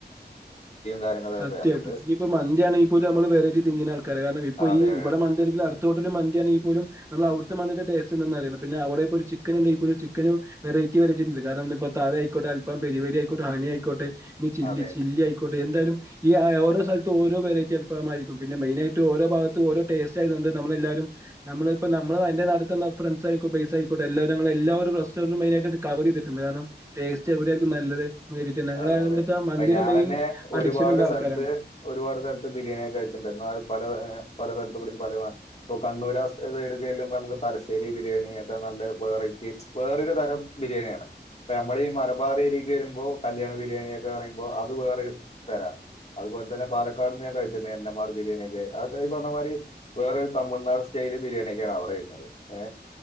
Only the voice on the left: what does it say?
കാര്യങ്ങളൊക്കെ
നമുക്ക്
അതെ
അതെ
അതെ യതെ
പ്പ ഞാനെന്നെ
ഒരുപാട്
സ്ഥല്ത്ത്
ഒരുപാട് സ്ഥല്ത്ത് ബിരിയാണി കഴിച്ചിണ്ടെന്നാ അത് പല എഹ് എഹ് പല സ്ഥല് ത്തൂടിം പല <unintelligible> പ്പ കണ്ണൂർ ആ സ്ഥലം എവ്ടെക്കെള്ളെ <unintelligible> അമ്മക്ക് തലശ്ശേരി ബിരിയാണി ഏതാ നല്ലെ വെറൈറ്റി വേറൊരു തരം ബിരിയാണ്യാണ് പ്പ നമ്മൾ ഈ മലബാറേര്യേക്ക് വെരുമ്പോ കല്യാണ ബിരിയാണിക്കെ പറയുമ്പോ അത് വേറൊരു തരാ അതുപോലെ തന്നെ പാലക്കാട്ന്ന് ഞാൻ കഴിച്ചിട്ട്ണ്ട് എൻ എം ആർ ബിരിയാണിയൊക്കെ ആ ടൈപ്പ് പറഞ്ഞമാതിരി വേറൊരു തമിഴ്നാട് സ്റ്റൈല് ബിരിയാണിയൊക്കെയാണ് അവിടെയിള്ളത് ഏ